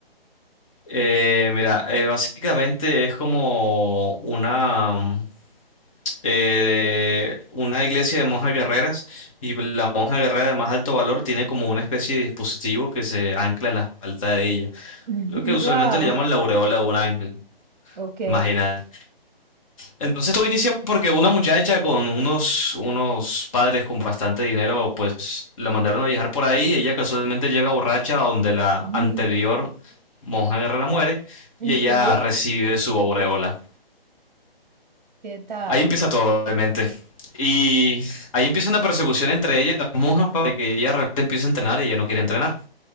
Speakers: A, on the left; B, on the right.
A: Eh, mira, eh, básicamente es como una, eh, una iglesia de monjas guerreras y la monja guerrera de más alto valor tiene como una especie de dispositivo que se ancla en la espalda de ella.
B: Wow.
A: Lo que usualmente le llaman
B: <laughs>
A: la aureola de un ángel,
B: Ok,
A: imagínate. Entonces todo inicia porque una muchacha con unos, unos padres con bastante dinero, pues la mandaron a viajar por ahí. Ella casualmente llega borracha a donde la
B: <laughs>
A: anterior monja guerrera muere
B: ok,
A: y ella recibe su aureola.
B: ¿qué tal?
A: Ahí empieza todo realmente. Y ahí empieza una persecución entre ella y las monjas para que ella realmente empiece a entrenar y ella no quiere entrenar.